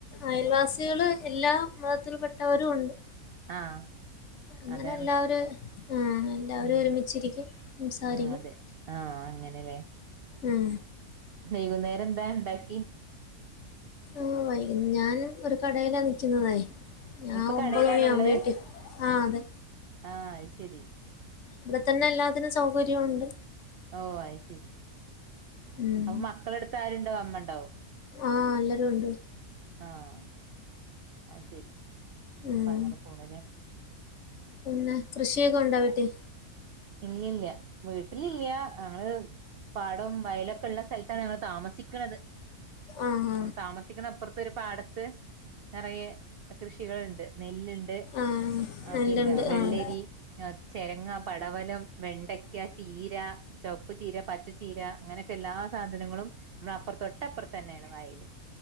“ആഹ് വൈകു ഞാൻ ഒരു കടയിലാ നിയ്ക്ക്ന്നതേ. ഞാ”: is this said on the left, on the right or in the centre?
Left